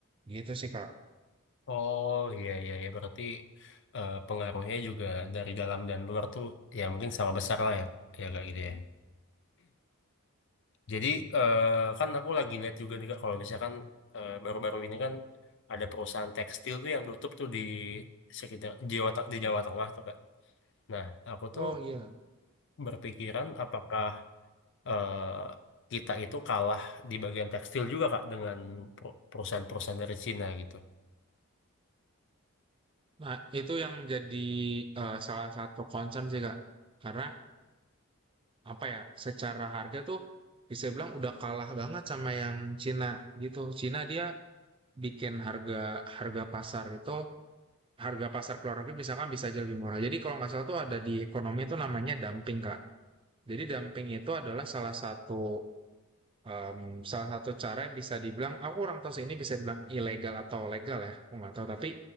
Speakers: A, on the right; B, on the left.
A: Gitu sih Kak.
B: Oh iya iya ya berarti eh, pengaruhnya juga dari dalam dan luar tuh ya mungkin sama besar lah ya ya kayak gitu ya. Jadi eh, kan aku lagi lihat juga nih Kak, kalau misalkan eh, baru-baru ini kan ada perusahaan tekstil tuh yang tutup tuh di sekitar Jawa Teng- di Jawa Tengah tuh Kak. Nah aku
A: Oh
B: tuh
A: iya,
B: berpikiran apakah eh, kita itu kalah di bagian tekstil juga Kak dengan per- perusahaan-perusahaan dari Cina gitu.
A: nah itu yang jadi eh, salah satu concern sih Kak. Karena apa ya secara harga tuh bisa bilang udah kalah banget sama yang Cina gitu. Cina dia bikin harga harga pasar itu harga pasar keluar negeri misalkan bisa aja lebih murah. Jadi kalau nggak salah tuh ada di ekonomi itu namanya dumping kak. Jadi dumping itu adalah salah satu em, salah satu cara yang bisa dibilang aku kurang tahu sih ini bisa dibilang ilegal atau legal ya aku nggak tahu tapi